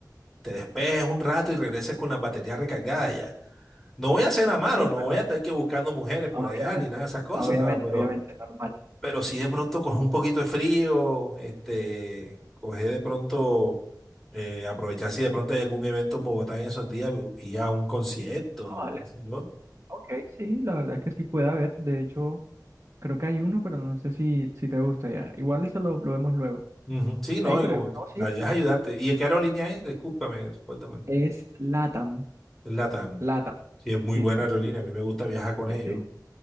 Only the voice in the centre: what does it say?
te despejes un rato y regreses con las baterías recargadas ya. No voy a hacer nada malo,
no voy a estar que buscando mujeres por
allá
ni nada de esas cosas,
¿sabes? Pero
pero si de pronto coge un poquito de frío, este, coge de pronto, eh, aprovechar si de pronto hay algún evento en Bogotá en esos días y a un concierto,
qué sé yo.
Ujú, Sí, no,
y como t-
la idea es ayudarte. ¿Y de qué aerolínea es? Discúlpame, recuérdame.
Es LATAM.
Sí, es muy
buena aerolínea, a mí me gusta viajar con
ellos.